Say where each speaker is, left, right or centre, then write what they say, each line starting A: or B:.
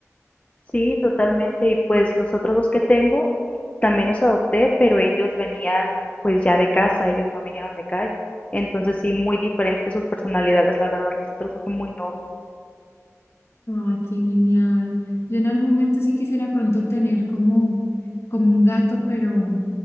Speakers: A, on the left; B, on the left.
A: sí, totalmente. Y pues los otros dos que tengo también los adopté, pero ellos venían pues ya de casa, ellos no vinieron de calle. Entonces sí, muy diferentes sus personalidades, la verdad, los otros dos son muy nobles.
B: Ay, qué genial. Yo en algún momento sí quisiera pronto tener como, como un gato, pero o